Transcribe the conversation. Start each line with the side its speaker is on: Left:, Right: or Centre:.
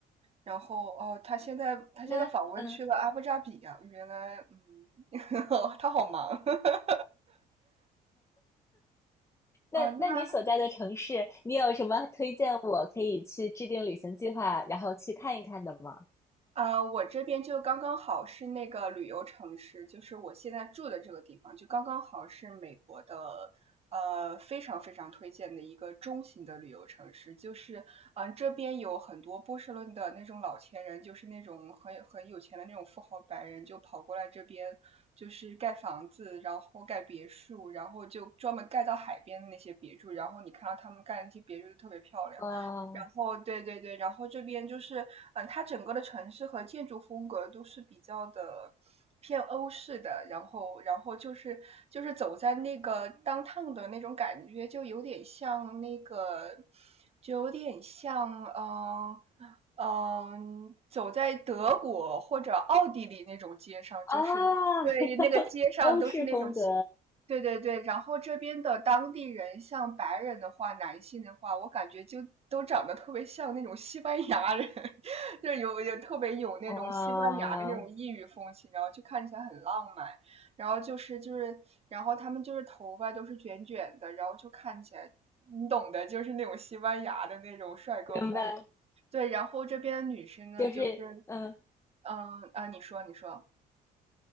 Right: 然后哦，他现在他现在访问去了阿布扎比啊，
Left: 那嗯，
Right: 原来，嗯，<laughs> 他好忙 <laughs>
Left: 那那你所在的城市，
Right: 哦，那。
Left: 你有什么推荐我可以去制定旅行计划，然后去看一看的吗？
Right: 呃，我这边就刚刚好是那个旅游城市，就是我现在住的这个地方，就刚刚好是美国的，呃，非常非常推荐的一个中型的旅游城市。就是，嗯、这边有很多波士顿的那种老钱人，就是那种很很有钱的那种富豪白人，就跑过来这边，就是盖房子，然后盖别墅，然后就专门盖到海边的那些别墅。然后你看到他们盖那些别墅就特别漂亮。
Left: 哇
Right: 然后对对对，然后这边就是，嗯，它整个的城市和建筑风格都是比较的偏欧式的，然后然后就是就是走在那个 downtown 的那种感觉，就有点像那个，就有点像嗯嗯，走在德国或者奥地利那种街上，
Left: 啊，
Right: 就是对那个街上都是那种
Left: <laughs> 欧式风格，
Right: 对对对，然后这边的当地人，像白人的话，男性的话，我感觉就都长得特别像那种西班牙人，<laughs> 就是有有特别有那种西班牙的那种异域风情，
Left: 哇，
Right: 然后就看起来很浪漫，然后就是就是，然后他们就是头发都是卷卷的，然后就看起来，你懂的，就是那种西班牙的那种帅哥风。
Left: 明白，
Right: 对，然后这边的女生呢，
Left: 就是嗯、
Right: 就是，嗯啊，你说你说。